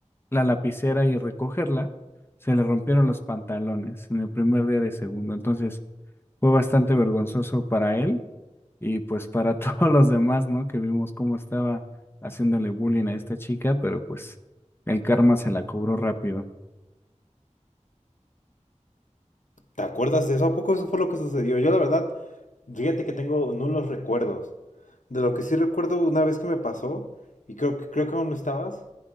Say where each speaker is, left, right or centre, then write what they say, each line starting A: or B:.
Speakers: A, on the left; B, on the left.
A: la lapicera y recogerla, se le rompieron los pantalones en el primer día de segundo. Entonces fue bastante vergonzoso para él y pues para <laughs> todos los demás, ¿no? Que vimos cómo estaba haciéndole bullying a esta chica, pero pues el karma se la cobró rápido.
B: ¿Te acuerdas de eso? ¿A poco eso fue lo que sucedió? Yo la verdad, fíjate que tengo nulos recuerdos. De lo que sí recuerdo una vez que me pasó, y creo que, creo que aún no estabas,